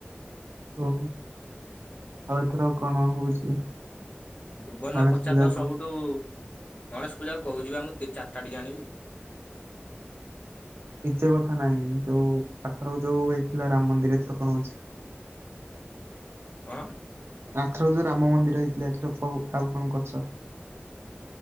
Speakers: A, on the right; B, on the left.
A: ଓହୋ! ଆଉ ଏଥର କଣ ହଉଛି?
B: ଭୁବନରେ
A: ଗଣେଶ
B: ପଚାରଦ
A: ପୂଜାକୁ?
B: ସବୁଠୁ ଗଣେଶ ପୂଜାକୁ କହୁଛିିବା ମୁଁ ଚାରିଟାଟିକେ ଆଣିବି।
A: କିଚେ କଥା ନାଇଁ। ଯୋଉ ଆର୍ ଥର ଯୋଉ ହେଇଥିଲା ରାମ ମନ୍ଦିର ଏଥର କଣ ଅଛି?
B: କଣ?
A: ଆର୍ ଥର ଯୋଉ ରାମ ମନ୍ଦିର ହେଇଥିଲା। ଏଥର କୋଉ, ଆଉ କଣ କରୁଚ?